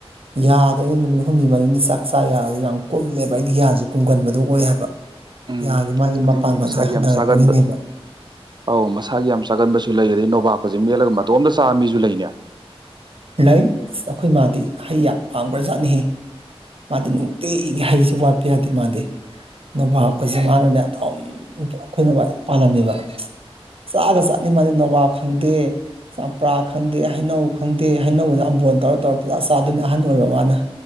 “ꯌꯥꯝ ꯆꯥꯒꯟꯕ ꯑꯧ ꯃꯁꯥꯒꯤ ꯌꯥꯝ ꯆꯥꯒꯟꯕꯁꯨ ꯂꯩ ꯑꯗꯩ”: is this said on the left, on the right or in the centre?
Right